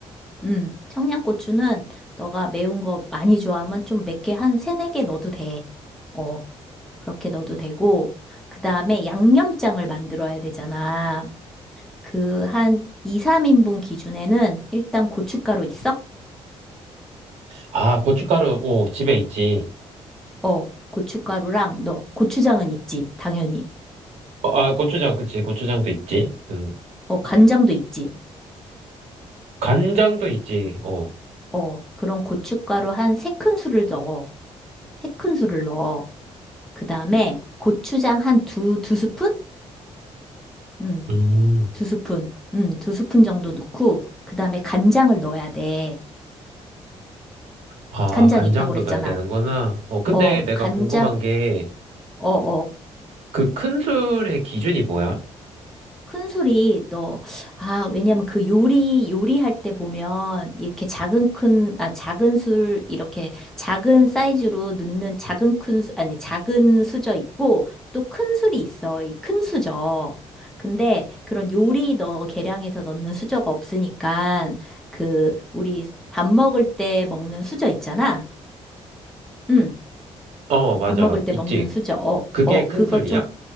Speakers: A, in the centre; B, on the right (about 75°).
A: 응. 청양고추는 너가 매운 거 많이 좋아하면 좀 몇 개, 한 세네 개 넣어도 돼. 어, 그렇게 넣어도 되고, 그 다음에 양념장을 만들어야 되잖아. 그 한 2, 3인분 기준에는 일단 고춧가루 있어?
B: 아, 고춧가루, 오, 집에 있지.
A: 어, 고춧가루랑 너 고추장은 있지, 당연히.
B: 어, 아, 고추장, 그치. 고추장도 있지. 음.
A: 어, 간장도 있지.
B: 간장도 있지. 어.
A: 어, 그런 고춧가루 한 세 큰술을 넣어. 세 큰술을 넣어. 그 다음에 고추장 한 두, 두 스푼? 음,
B: 음.
A: 두 스푼. 음, 두 스푼 정도 넣고, 그 다음에 간장을 넣어야 돼.
B: 아,
A: 간장
B: 간장도
A: 있다고 그랬잖아.
B: 넣어야 되는구나. 어, 근데
A: 어,
B: 내가
A: 간장,
B: 궁금한 게,
A: 어어.
B: 그 큰 술의 기준이 뭐야?
A: 큰술이 또, 아, 왜냐면 그 요리, 요리할 때 보면 이렇게 작은 큰, 아, 작은 술, 이렇게 작은 사이즈로 넣는 작은 큰, 수- 아니, 작은 수저 있고 또 큰 술이 있어. 이 큰 수저. 근데 그런 요리 너 계량해서 넣는 수저가 없으니까 그, 우리 밥 먹을 때 먹는 수저 있잖아. 응,
B: 어, 맞아.
A: 밥 먹을 때
B: 있지.
A: 먹는 수저. 어,
B: 그게
A: 어,
B: 큰
A: 그거
B: 술이야?
A: 좀